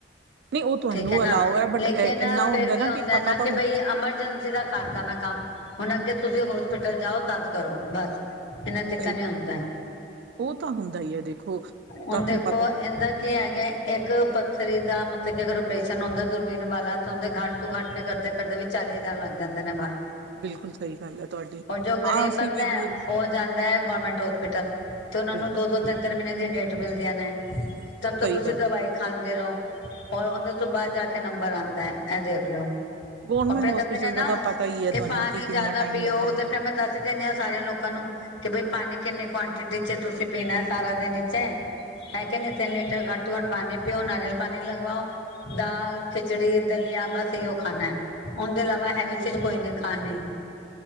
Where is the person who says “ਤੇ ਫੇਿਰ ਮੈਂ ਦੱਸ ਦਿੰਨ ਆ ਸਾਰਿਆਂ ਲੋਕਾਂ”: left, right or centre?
Left